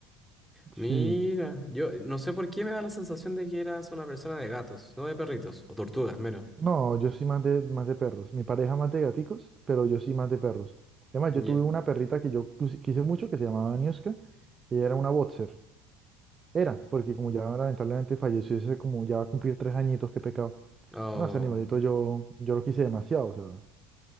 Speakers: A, in the centre; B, on the right.
A: Mira,
B: Sí.
A: yo no sé por qué me da la sensación de que eras una persona de gatos, no de perritos, o tortugas, menos.
B: No, yo soy más de, más de perros. Mi pareja más de gaticos, pero yo sí más de perros. Además,
A: Yeah.
B: yo tuve una perrita que yo quis- quise mucho, que se llamaba Niuska. Ella era una boxer. Era, porque como ya lamentablemente falleció, ese como ya va a cumplir tres añitos, qué pecado.
A: Oh,
B: No, ese animalito yo, yo lo quise demasiado, o sea, o